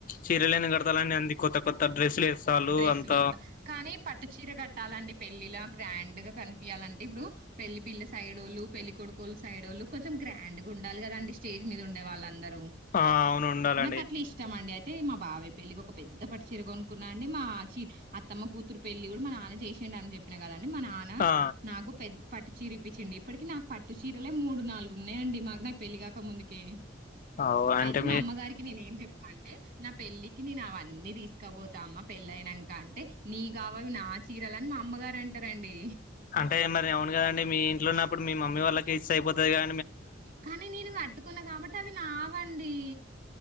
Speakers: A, on the left; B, on the right.
A: చీరలని కడతాలని అంది కొత్త కొత్త డ్రెస్సులు వేస్తాళ్ళు
B: డ్రెస్సులుత్తా
A: అంత
B: కానీ పట్టు చీర కట్టాలండి పెళ్ళిళా. గ్రాండ్ గా కనిపీయాల అంటే ఇప్పుడూ పెళ్లి పిల్ల సైడ్ ఓళ్ళు, పెళ్లి కొడుకోళ్లు సైడ్ ఓళ్ళు కొంచెం గ్రాండ్గుండాలి కదా అండీ స్టేజ్ మీద ఉండే వాళ్ళందర్. రూ.
A: ఆ అవును ఉండాలండి
B: నాక్ అట్లా ఇష్టం అండి అయితే మా బావ పెళ్లికి ఒక పెద్ద పట్టు చీరకొన్ న్నా అండి మా ఛీ అత్తమ్మ కూతురు పెళ్లి కూడా మా నాన్న చేసేండని చెప్పిన కదండి. అ మా నాన్న
A: ఆ
B: నాకు పెద్ద పట్టు చీర ఇప్పించిండు. ఇప్పటికీ నాకు పట్టు చీరలే మూడు నాలుగు ఉన్నాయండి మాక్ నాకు పెళ్ళిగాక ముందుకే.
A: అవు అంటే
B: అయితే
A: మీ
B: మా అమ్మగారికి నేన్ ఏం చెప్ అంటే నా పెళ్ళికి నేను అవన్నీ తీసుకపోత్ తా అమ్మ పెళ్ళయినంకా అంటే నీవ్ గావవి నా చీరలని మా అమ్మగారు అంటారండీ.
A: అంటే మరి అవును కదండి మీ ఇంట్లో ఉన్న ఇప్పుడు మీ మమ్మీవాళ్ళకి ఇస్ అయిపోతది కదా
B: కానీ నేను కట్టుకున్నా కాబట్టి అవి నావండి